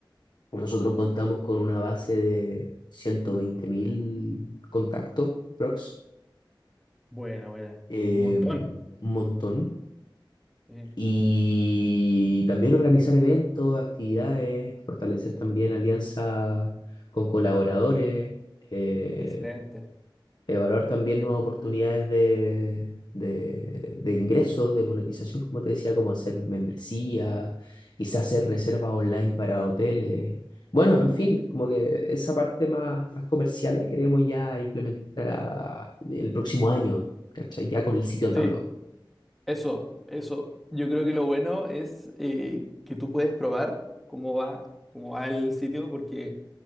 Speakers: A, on the left; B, in the centre.
A: Nosotros contamos con una base de 120.000 contactos, prox,
B: Buena, buena.
A: eh,
B: Un montón.
A: un montón.
B: sí,
A: Y también organizar eventos, actividades, fortalecer también alianzas con colaboradores, eh,
B: excelente.
A: evaluar también
B: Bueno,
A: nuevas oportunidades de, de, de ingresos, de monetización, como te decía, como hacer membresía, quizás hacer reservas online para hoteles. Bueno, en fin, como que esa parte más, más comercial la queremos ya implementar ah, el próximo año, ¿cachai? Ya con el sitio andando.
B: Sí, eso, eso. Yo creo que lo bueno es eh, que tú puedes probar cómo va, cómo va el sitio, porque